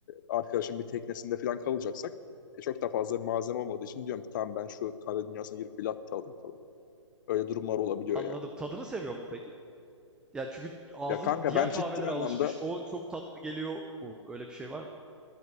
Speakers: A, on the left; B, in the centre.
A: arkadaşın bir teknesinde falan kalacaksak e, çok da fazla bir malzeme olmadığı için diyorum ki tamam ben şu kahve dünyasına girip bir latte alayım falan. Öyle durumlar olabiliyor
B: Anladım.
A: yani.
B: Tadını seviyor mu peki? Yani çünkü ağzın
A: Ya kanka
B: diğer
A: ben ciddi
B: kahvelere
A: anlamda
B: alışmış. O çok tatlı geliyor mu? Öyle bir şey var mı?